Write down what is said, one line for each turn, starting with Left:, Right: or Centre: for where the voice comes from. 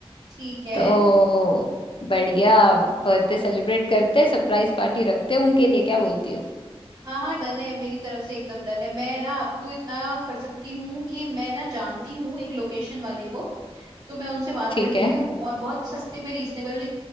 Right: ठीक है
Left: तो बढ़िया बर्थडे सेलिब्रेट करते सरप्राइज पार्टी रखते उनके लिए क्या बोलती हो
Right: हाँ हाँ डन है मेरी तरफ से एकदम डन है मैं ना आपको इतना कर सकती हूँ कि मैं ना जानती हूँ एक लोकेशन वाले को तो मैं उनसे बात
Left: ठीक
Right: कर लेती
Left: है।
Right: हूँ और बहुत सस्ते में रीजनेबल